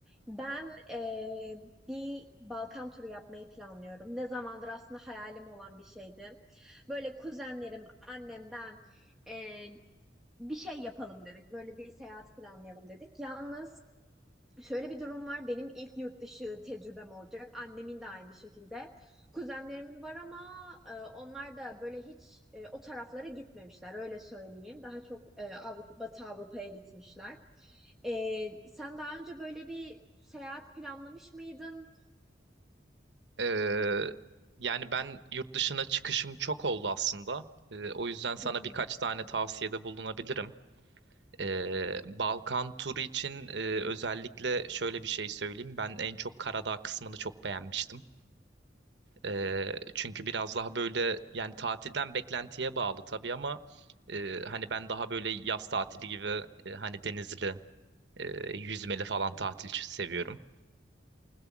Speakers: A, in the centre; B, on the right (about 70°).
A: Ben eee, bir Balkan turu yapmayı planlıyorum. Ne zamandır aslında hayalim olan bir şeydi. Böyle kuzenlerim, annem, ben eee, bir şey yapalım dedik. Böyle bir seyahat planlayalım dedik. Yalnız Şöyle bir durum var. Benim ilk yurt dışı tecrübem olacak. Annemin de aynı şekilde. Kuzenlerimin var ama e, onlar da böyle hiç e, o taraflara gitmemişler. Öyle söyleyeyim. Daha çok e, Avrupa, Batı Avrupa'ya gitmişler. E, sen daha önce böyle bir seyahat planlamış mıydın?
B: Ee, yani ben yurt dışına çıkışım çok oldu aslında. Ee, o yüzden sana
A: Hı hı.
B: birkaç tane tavsiyede bulunabilirim. Ee, Balkan turu için e, özellikle şöyle bir şey söyleyeyim. Ben en çok Karadağ kısmını çok beğenmiştim. Ee, çünkü biraz daha böyle yani tatilden beklentiye bağlı tabii ama e, hani ben daha böyle yaz tatili gibi e, hani denizli, e, yüzmeli falan tatil seviyorum.